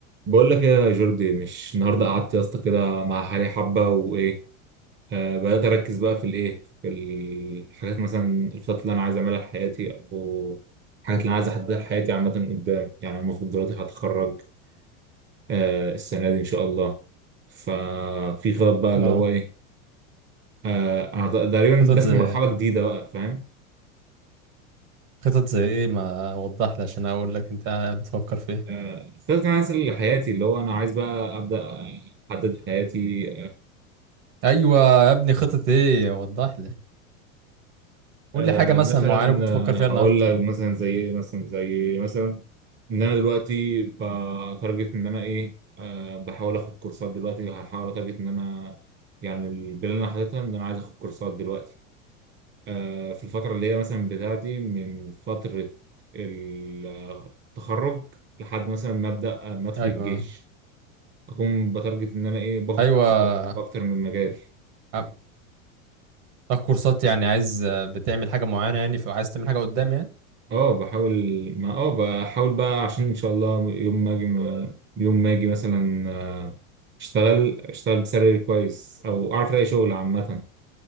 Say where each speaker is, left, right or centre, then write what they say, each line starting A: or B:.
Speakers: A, on the right; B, on the right.
A: بقول لك ايه يا جوردي مش النهارده قعدت يا اسطى كده مع حالي حبه وايه آه بدات اركز بقى في الايه في الحاجات مثلا الخطط اللي انا عايز اعملها في حياتي او الحاجات اللي انا عايز احددها لحياتي عامه قدام يعني أنا المفروض دلوقتي هتخرج آه السنه دي ان شاء الله ففي خطط بقى اللي
B: اه
A: هو ايه آه انا تقريبا
B: خطط
A: داخل
B: زي
A: مرحله
B: ايه
A: جديده بقى فاهم
B: خطط زي ايه ما وضح لي عشان اقول لك انت بتفكر في ايه
A: آه خطط انا عايز لحياتي اللي هو انا عايز بقى ابدا احدد حياتي
B: ايوه يا ابني خطط ايه وضح لي قول
A: آه،
B: لي حاجه مثلا
A: مثلا
B: معينه كنت بتفكر
A: آه،
B: فيها
A: هقول
B: النهارده
A: لك مثلا زي ايه مثلا زي إيه؟ مثلا ان انا دلوقتي بتارجت ان انا ايه آه، بحاول اخد كورسات دلوقتي هحاول اتارجت ان انا يعني البلان اللي انا حاططها ان انا عايز اخد كورسات دلوقتي آه، في الفتره اللي هي مثلا بتاعتي من فتره التخرج لحد مثلا ما ابدا آه، ما ادخل
B: ايوه
A: الجيش اكون بتارجت ان انا ايه باخد
B: ايوه
A: كورسات في اكتر من مجال
B: عم- تاخد كورسات يعني عايز بتعمل حاجه معينه يعني فعايز تعمل حاجه قدام يعني
A: اه بحاول ما اه بحاول بقى عشان ان شاء الله يوم ما اجي يوم ما اجي مثلا آه، اشتغل اشتغل بسالري كويس او اعرف الاقي شغل عامه